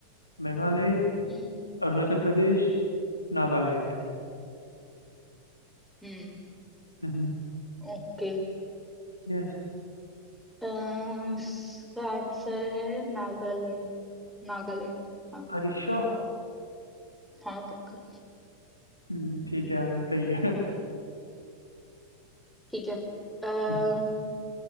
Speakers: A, on the left; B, in the centre.
A: मेघालय
B: हम्म
A: अरुणाचल प्रदेश नागालैंड
B: हम्म
A: हम्म
B: ओके
A: यस
B: अह, इसका आंसर है नागालैंड नागालैंड हाँ
A: अरे श्योर
B: हाँ पक्का
A: हम्म ठीक है सही है
B: ठीक है अ,
A: हम्म